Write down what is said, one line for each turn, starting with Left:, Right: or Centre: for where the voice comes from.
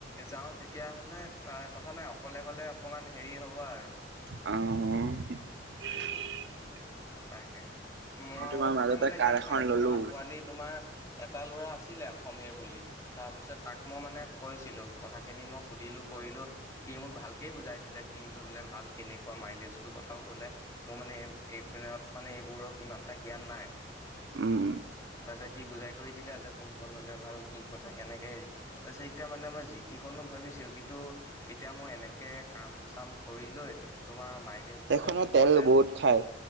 Left: যাওঁ তেতিয়া হলে কথা নাই, অকলে গলে অকমান হেৰি হ'ব আৰু
Right: অ',
Left: এ তাকে, মই
Right: তোমাৰ
Left: তাকে
Right: মাজতে
Left: মানে এতিয়া
Right: কাৰ এখন
Left: ভাল
Right: ললো
Left: জনা পোৱালি তোমাৰ এটা ল'ৰা আছিলে সমীৰ বুলি। তাৰপিছত তাক মই মানে কৈছিলোঁ। কথা খিনি মই সুধিলোঁ কৰিলোঁ, সি মোক ভালকে বুজাই দিলে কি ললে ভাল কেনেকুৱা মাইলেজ টো। কথাও কলে মোৰ মানে এইপিনেত মানে এইবোৰত ইমান এটা জ্ঞান নাই।
Right: উম,
Left: তাৰপিছত সি বুজাই কৰি দিলে আৰু যে কোনখন ল'লে ভাল কি কথা কেনেকে হেৰি তাৰ পিছত এতিয়া মানে মই জিতিখনো ভাবিছিলোঁ, কিন্তু এতিয়া মই এনেক কে কাম-চাম কৰি লৈ তোমাৰ মাইলেজ
Right: সেইখনত
Left: বোলে প্ৰথমতে
Right: তেল বহুত খায়।